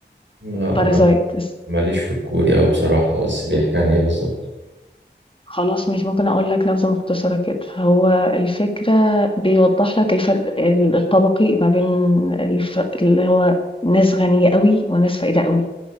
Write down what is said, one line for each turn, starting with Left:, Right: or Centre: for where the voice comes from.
Right: لا
Left: بارازايت
Right: أنا
Left: اس
Right: ماليش في الكوري أوي بصراحة بس بيحكي عن إيه بالظبط
Left: خلاص ماشي ممكن أقول لك نبذة مختصرة كده. هو الفكرة بيوضح لك الفرق ال- الطبقي ما بين الف... اللي هو ناس غنية قوي وناس فقيرة قوي.